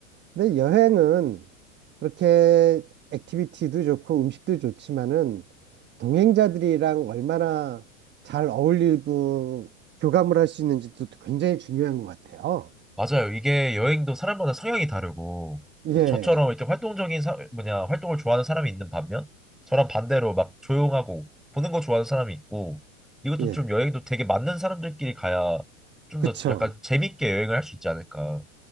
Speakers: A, on the right; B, in the centre.
A: 근데 여행은 그렇게 액티비티도 좋고 음식도 좋지만은 동행자들이랑 얼마나 잘 어울리고 교감을 할 수 있는지도 굉장히 중요한 것 같아요.
B: 맞아요. 이게 여행도 사람마다 성향이 다르고
A: 예.
B: 저처럼 이렇게 활동적인 사, 뭐냐 활동을 좋아하는 사람이 있는 반면 저랑 반대로 막 조용하고 보는 거 좋아하는 사람이 있고 이것도
A: 예.
B: 좀 여행도 되게 맞는 사람들끼리 가야 좀
A: 그쵸.
B: 더 약간 재밌게 여행을 할 수 있지 않을까.